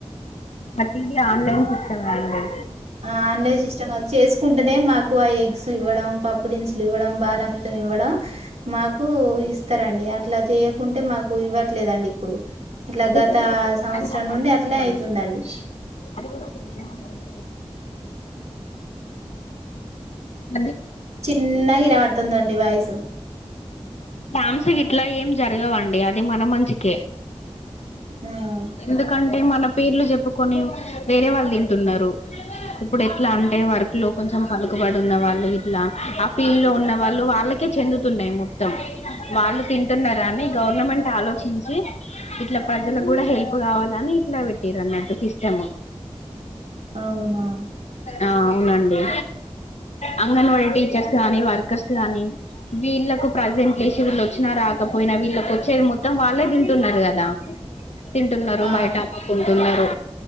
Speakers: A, on the left; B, on the right.
A: ప్రతీది ఆన్లైన్ సిస్టమేనండి
B: ఆ ఆన్లైన్ సిస్టం చేసుకుంటేనే మాకు ఆ ఎగ్స్ ఇవ్వడం, పప్పు దినుసులు ఇవ్వడం, బాల అమృతం ఇవ్వడం, మాకూ ఇస్తరండి అట్లా చేయకుంటే మాకు ఇవ్వట్లేదండి ఇప్పుడు. ఇట్లా
A: అది
B: గత
A: కూడా ఒక విధంగా
B: సంవత్సరం
A: మంచిదేనండి.
B: నుండి అట్లే అయితుందండి
A: అది కూడా ఒక విధంగా మం <inaudible>
B: చిన్నగా ఇనవడుతుందండి వాయస్సు.
A: స్కామ్స్ గిట్ల ఏం జరగవండి అది మన మంచికే.
B: ఆ
A: ఎందుకంటే మన పేర్లు చెప్పు కొన్ని వేరే వాళ్ళు తింటున్నారు. ఇప్పుడు ఎట్లా అం టే వర్క్ లో కొంచెం పలుకుబడి టున్న వాళ్ళు గిట్ల ఆ ఫీల్డ్ లో ఉన్న వాళ్ళు వాళ్ళకే చెందుతున్నయి మొ త్తం వాళ్ళు తింటు ఉన్నారని అని గౌర్ గర్నమెంట్ ఆలోచించి ఇట్లా ప్రజలకు గూడా హెల్ప్ కావాలని ఇట్లా పెట్టిరన్నట్టు సిస్టమ్
B: అవునా
A: ఆ అవునండి అంగన్ వాడి టీచర్స్ గానీ వర్కర్స్ క్లానీ వీళ్ళలకు పాజెంట్లేషన్లు వచ్చిన నా రాకపోయినా వీళ్ళకి వచ్చేది మొత్తం వాళ్ళే తింటున్నారు గదా తింటున్నారు
B: ఆ
A: బయట అమ్ముకుంటున్నారు